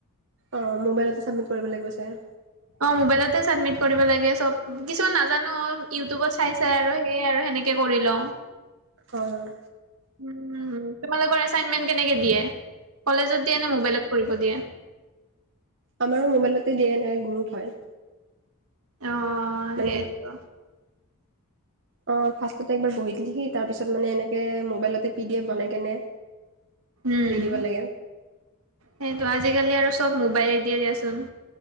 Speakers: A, on the right; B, on the right.
A: অ মোবাইলতে চাবমিট কৰিব লাগিব চাগে।
B: অ মোবাইলতে চাবমিট কৰিব লাগে চব কিছুমান নেজানো অ চাই চাই আৰু সেইয় আৰু সেনেকে কৰি লওঁ
A: অ',
B: উম। তোমালোকৰ এাইনমেণ্ট কেনেকে দিয়ে কলেজত দিয়ে নে মোবাইলত কৰিব দিয়ে
A: আমাৰো মোবাইলতে ড এন গ্ৰুপ হয়।
B: অ
A: মানে
B: সেইটো
A: অ ফাৰ্ষ একবাৰ বহি দিলিহি তাৰ পিছত মানে এনেকে মোবাইলতে পি ড এফ বনাই কেনে-
B: উম
A: দি দিব লাগে
B: সেইটো আজিকালি আৰু চব মোবাইলে দিয়ে দিয়াচোন